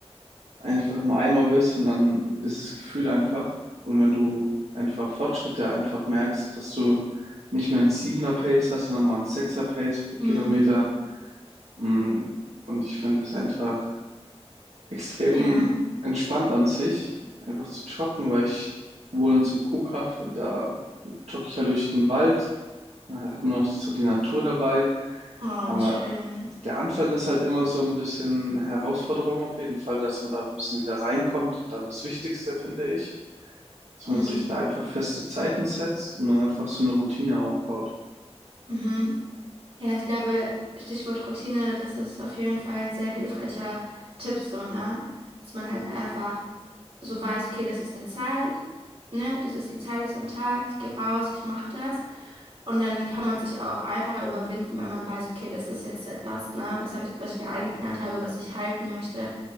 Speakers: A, on the right (about 80°); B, on the right (about 55°).
A: einfach im Eimer bist und dann dieses Gefühl einfach. Und wenn du einfach Fortschritte einfach merkst, dass du nicht mehr einen 7 Pace hast, sondern mal einen 6 Pace pro Kilometer.
B: Mhm.
A: Mm, Und ich finde es einfach extrem
B: Ja.
A: entspannt an sich, einfach zu joggen, weil ich wohl in zum Kuhkaff, da jogge ich halt durch den Wald. Ja, Da hat man auch so die Natur dabei.
B: Oh,
A: Aber
B: wie schön.
A: der Anfang ist halt immer so ein bisschen Herausforderung auf jeden Fall, dass man da ein bisschen wieder reinkommt. Und dann das Wichtigste, finde ich, dass
B: Hm.
A: man sich da einfach feste Zeiten setzt und dann einfach so eine Routine aufbaut.
B: Mhm. Ja, ich glaube, Stichwort Routine, das ist auf jeden Fall ein sehr hilfreicher Tipp, so, ne? Dass man halt einfach so weiß, okay, das ist der Zeit, ne? Das ist die Zeit jetzt am Tag, ich gehe raus, ich mache das. Und dann kann man sich auch einfacher überwinden, weil man weiß, okay, das ist jetzt etwas, ne? Was habe ich, was ich mir eingeplant habe, was ich halten möchte.